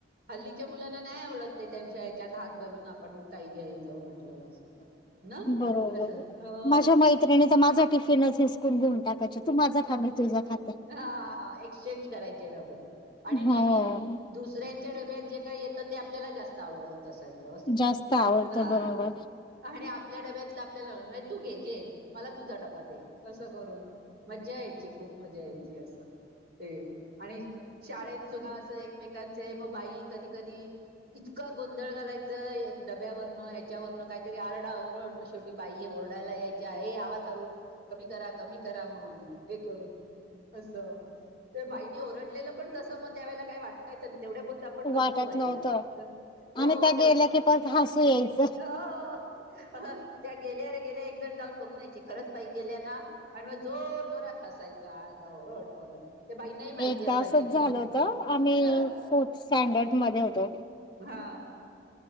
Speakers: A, on the right; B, on the left.
A: हल्लीच्या मुलांना नाही आवडत ते त्यांच्या याच्यात हात घालून आपण काही घ्यायचं म्हंटलं असं तर. ना
B: बरोबर,
A: असं हो
B: माझ्या मैत्रिणी तर माझा टिफिनच हिसकून घेऊन टाका च्या तू माझा खा मी तुझा खाते.
A: हा हा एक्सचेंज करायचे डबे आणि नेहमी
B: हो
A: दुसऱ्यांच्या डब्यात जे येत ते आपल्याला जास्त आवडत असयच अस
B: जास्त आवडतं
A: हहा
B: बरोबर
A: आणि आप आपल्या डब्यातला आपल्याला तू घे घे मला तुझा डबा दे. असं करून मज्जा यायची खूप मज्जा यायची असं. ते आणि शाळेत सुद्धा असं एकमेकांचे मग बाई कधी कधी इतका गोंधळ घालायचं डब्यावरनं ह्याच्यावरन काहीतरी आरडा ओरड मग शेवटी बाई येऊन ओरडायला यायच्या हे आवाज हळू कमी करा कमी करा म्हणून हे करून. असं तर बाईनी ओरडलेलं पण तस मग त्या वेळेला काही वाटायचं नाही. तेवढ्या पुुरता आपण गप्प
B: वाटत
A: व्हायचं.
B: नव्हतं
A: हो
B: आणि त्या
A: तेव
B: गेल्या की परत हसू यायचं.
A: हो त्या गेल्या रे गेल्या एक जण जाऊन बघून यायची खरच बाई गेल्या ना आणि मग जोर जोरात हसायच. आता ओरड परत. ते बाईनाही माहिती
B: एकदा
A: असायचं
B: असच
A: की
B: झाल होत आम्ही
A: अ
B: फोर्थ स्टँडर्ड मध्ये होतो.
A: हा.